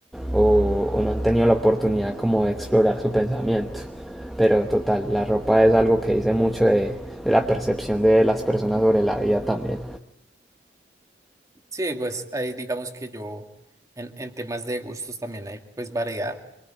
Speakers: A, in the centre; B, on the right.
A: o- o no han tenido la oportunidad como de explorar su pensamiento. Pero total, la ropa es algo que dice mucho de la percepción de las personas sobre la vida también.
B: Sí, pues ahí digamos que yo en, en temas de gustos también hay pues variedad.